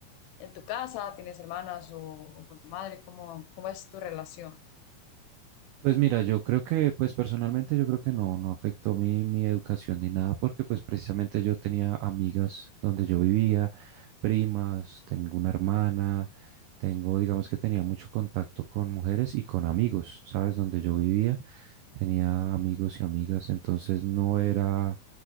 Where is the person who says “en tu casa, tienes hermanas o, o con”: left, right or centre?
Left